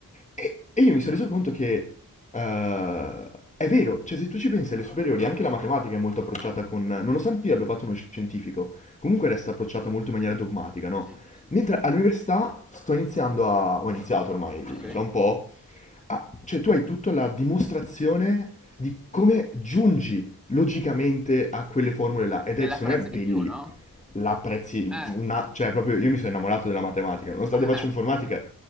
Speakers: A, on the left; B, in the centre.
A: E, e io mi sono reso conto che eh, è vero, cioè se tu ci pensi alle superiori, anche la matematica è molto approcciata con... Nonostante io abbia fatto uno scientifico, comunque resta approcciata molto in maniera dogmatica, no?
B: sì, sì,
A: Mentre all'università sto iniziando a... ho iniziato ormai
B: sì.
A: da un po' Ah, cioè tu hai tutta la dimostrazione di come giungi logicamente a quelle formule là ed
B: E
A: è
B: l'apprezzi
A: secondo me belli.
B: di più, no?
A: La apprezzi
B: Eh,
A: una, cioè proprio io mi sono innamorato della matematica, nonostante
B: eh,
A: faccio informatica.